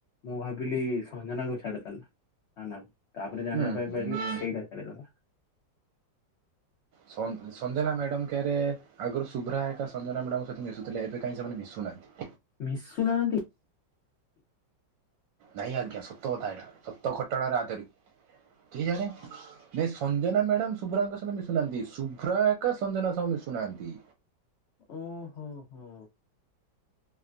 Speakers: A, on the left; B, on the right.
A: ମୁଁ ଭାବିଲି ସଞ୍ଜନାକୁ ଛାଡି ହେଲା ନା ଆଉ <unintelligible> ତାପରେ ଜାଣିବା
B: ହୁଁ
A: ପାଇଁ ପାଇଲି
B: ହୁଁ
A: ସେଇଟା ଛାଡିଦେଲ।
B: ସଂ ସଞ୍ଜନା ମ୍ୟାଡମ୍ କେହେରେହେ ଆଗରୁ ଶୁଭ୍ରା ହେରେକା ସଞ୍ଜନା ମ୍ୟାଡାମଙ୍କ ସହିତ ମିଶୁଥିଲେ ଏବେ କାହିଁ ସେମାନେ ମିଶୁ ନାହାନ୍ତି?
A: ମିଶୁ ନାହାନ୍ତି?
B: ନାଇଁ ଆଜ୍ଞା ସତକଥା ଏଟା ସତ ଘଟଣାରେ ଆଦରି କେଇଜାଣି ନାଇଁ ସଞ୍ଜନା ମ୍ୟାଡାମ୍ ଶୁଭ୍ରାଙ୍କ ସହିତ ମିଶୁ ନାହାନ୍ତି ଶୁଭ୍ରା ଏକା ସଞ୍ଜନା ସହ ମିଶୁ ନାହାନ୍ତି।
A: ଓ ହୋ ହୋ।